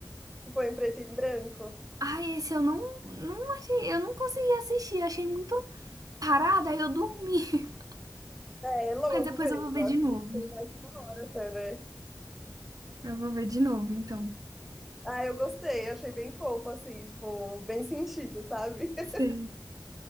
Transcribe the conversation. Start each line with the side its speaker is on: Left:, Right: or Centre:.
Centre: que foi em preto e branco.
Right: Ai, esse eu não, não achei, eu não consegui assistir, achei muito parada, aí eu dormi. <laughs>
Centre: É, é longo
Right: Mas depois
Centre: mesmo,
Right: eu vou ver
Centre: acho
Right: de novo.
Centre: que tem mais de uma hora até, né?
Right: Eu vou ver de novo, então.
Centre: Ah, eu gostei, achei bem fofo, assim, tipo, bem sentido, sabe? <laughs>
Right: Sei.